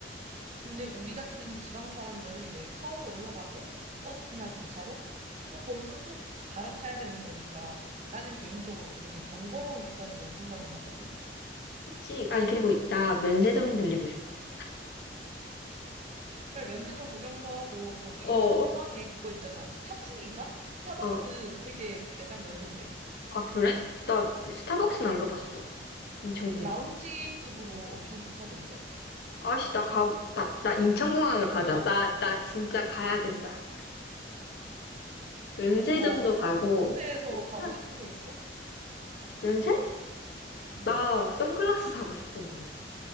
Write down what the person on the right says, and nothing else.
근데 우리 같은 지방 사람들은 이제 서울 올라가고 버스나 기차로 또 거기서 또 갈아타야 되는 거니까 나는 개인적으로 그게 더 번거로운 수단이라고 생각을 하거든.
그래, 면세점 구경도 하고, 또 그
인천공항에 그거 있잖아. 4층인가? 스타벅스
되게 매장 넓은데.
음,
라운지급으로 엄청 좋다던데?
뭐,
면세에서
가고 싶은 거 있어?
응.